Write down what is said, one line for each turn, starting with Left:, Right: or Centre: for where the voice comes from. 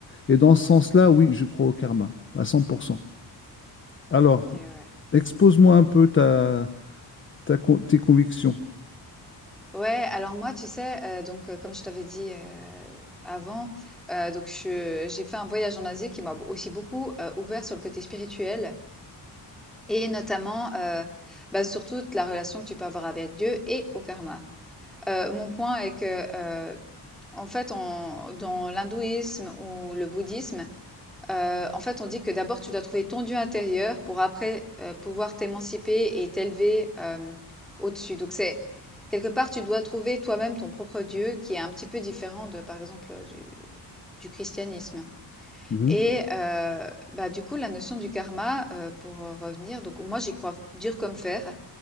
Left: Et dans ce sens-là, oui, je crois au karma, à 100%. Alors,
Centre: OK, ouais.
Left: expose-moi un peu ta, ta con- tes convictions.
Centre: Ouais, alors moi, tu sais, heu, donc heu, comme je t'avais dit, heu, avant, heu, donc je euh, j'ai fait un voyage en Asie qui m'a b aussi beaucoup, heu, ouvert sur le côté spirituel et notamment, heu, bah, sur toute la relation que tu peux avoir avec Dieu et au karma. Heu, mon point est que, heu, en fait, en dans l'hindouisme ou le bouddhisme, Heu, en fait, on dit que d'abord tu dois trouver ton Dieu intérieur pour après, heu, pouvoir t'émanciper et t'élever, hem, au-dessus. Donc c'est quelque part, tu dois trouver toi-même ton propre Dieu qui est un petit peu différent de, par exemple, du du christianisme
Left: Mhm.
Centre: et heu, bah, du coup, la notion du karma, heu, pour, heu, revenir, donc moi, j'y crois dur comme fer